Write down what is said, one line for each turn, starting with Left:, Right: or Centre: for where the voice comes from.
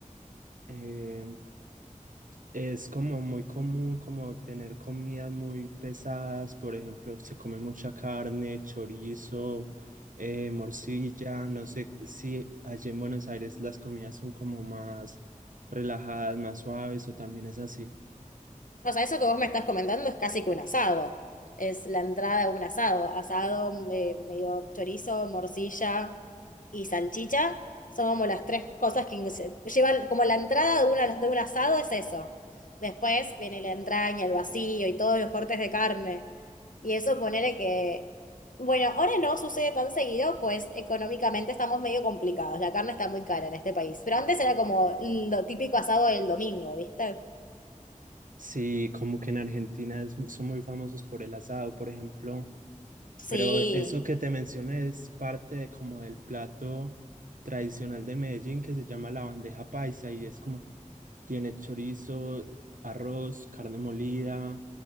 Right: em, Es como muy común como tener comidas muy pesadas, por ejemplo, se come mucha carne, chorizo, eh, morcilla, no sé si allí en Buenos Aires las comidas son como más relajadas, más suaves o también es así.
Left: O sea, eso que vos me estás comentando es casi que un asado. Es la entrada de un asado. Asado, eh, medio chorizo, morcilla y salchicha. Son como las tres cosas que se llevan, como la entrada de, una, de un asado es eso. Después viene la entraña, el vacío y todos los cortes de carne. Y eso ponele que, bueno, ahora no sucede tan seguido, pues económicamente estamos medio complicados. La carne está muy cara en este país. Pero antes era como lo típico asado del domingo, ¿viste?
Right: Sí, como que en Argentina es- son muy famosos por el asado, por ejemplo, pero
Left: Sí.
Right: eso que te mencioné es parte de como del plato tradicional de Medellín que se llama la bandeja paisa y es como Tiene chorizo, arroz, carne molida,